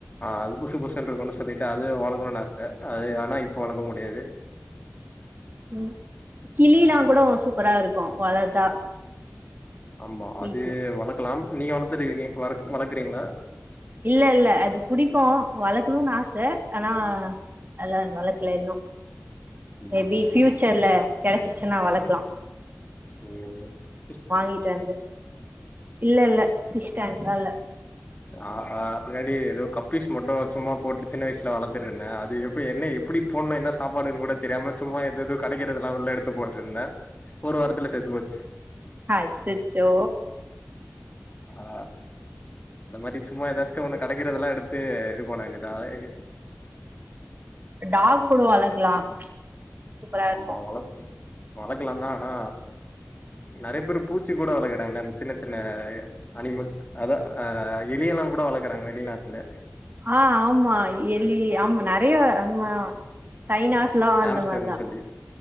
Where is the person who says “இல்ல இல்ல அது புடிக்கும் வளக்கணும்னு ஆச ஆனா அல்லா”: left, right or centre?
Right